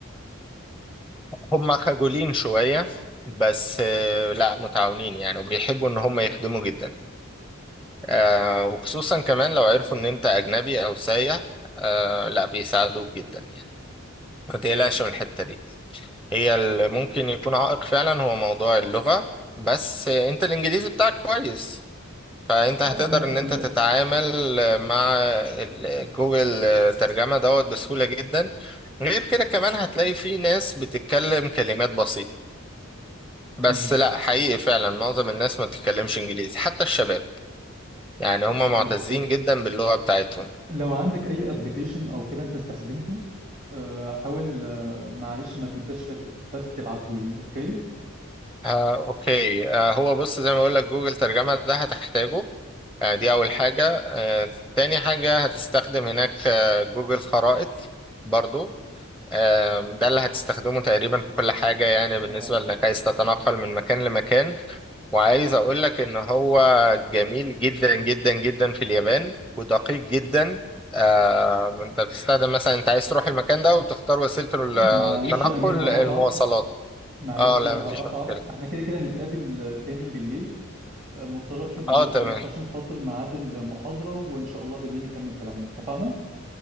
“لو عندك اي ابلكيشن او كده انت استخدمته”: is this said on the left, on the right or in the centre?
Right